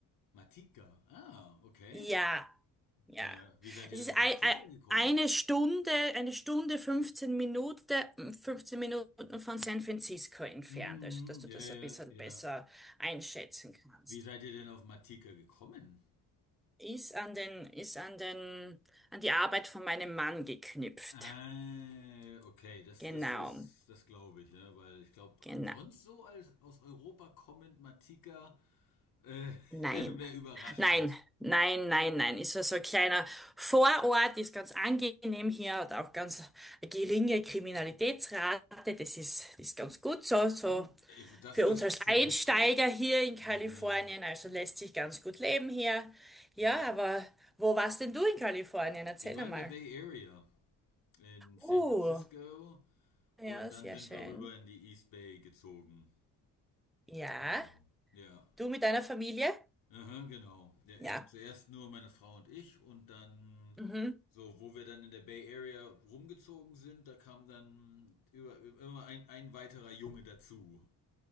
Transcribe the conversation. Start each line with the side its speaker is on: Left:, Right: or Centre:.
Left: Matika. Ah, okay.
Centre: Ja, Ja.
Left: Ja, wie seid ihr
Centre: Es
Left: denn
Centre: ist
Left: auf Matika
Centre: ei- ei-
Left: gekommen?
Centre: eine Stunde, eine Stunde, fünfzehn Minuten, fünfzehn Minuten von San Francisco entfernt,
Left: Mhm,
Centre: also dass du
Left: ja,
Centre: das
Left: ja,
Centre: ein bisschen
Left: ja.
Centre: besser einschätzen kannst.
Left: Wie seid ihr denn auf Matika gekommen?
Centre: Ist an den, ist an den, an die Arbeit von meinem Mann geknüpft.
Left: Ah, okay, das,
Centre: Genau,
Left: das ist, das glaube ich, ja, weil ich glaube,
Centre: genau.
Left: sonst so als aus Europa kommend Matika äh,
Centre: Nein.
Left: <laughs> wäre überraschend.
Centre: Nein, nein, nein, nein. Ist so so ein kleiner Vorort, ist ganz angenehm hier, hat auch ganz eine geringe Kriminalitätsrate. Das ist, das ist ganz gut so, so.
Left: Hm, ich- Das
Centre: Für
Left: ist
Centre: uns als
Left: ziemlich
Centre: Einsteiger
Left: gut.
Centre: hier in Kalifornien,
Left: Mhm,
Centre: also lässt sich ganz gut leben hier. Ja,
Left: ja.
Centre: aber wo warst denn du in Kalifornien? Erzähl
Left: Ich war
Centre: einmal.
Left: in der Bay Area in San
Centre: Oh,
Left: Francisco
Centre: ja,
Left: und dann
Centre: sehr
Left: sind
Centre: schön.
Left: wir rüber in die East Bay gezogen.
Centre: Ja,
Left: Genau. Ja.
Centre: du mit deiner Familie?
Left: Aha, genau. Ja, ja.
Centre: Ja.
Left: Zuerst nur meine Frau und ich und dann
Centre: Mhm.
Left: so, wo wir dann in der Bay Area rumgezogen sind, da kam dann über, immer ein, ein weiterer Junge dazu.